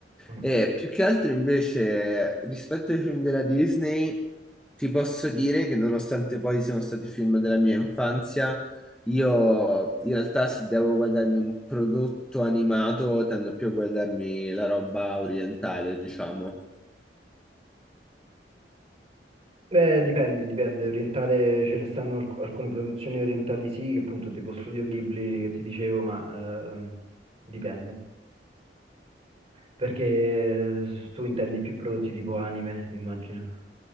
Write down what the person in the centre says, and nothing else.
E
più che altro invece, rispetto ai film della Disney, ti posso dire che nonostante poi siano stati film della mia infanzia, io in realtà se devo guardarmi un prodotto animato, tendo più a guardarmi la roba orientale, diciamo.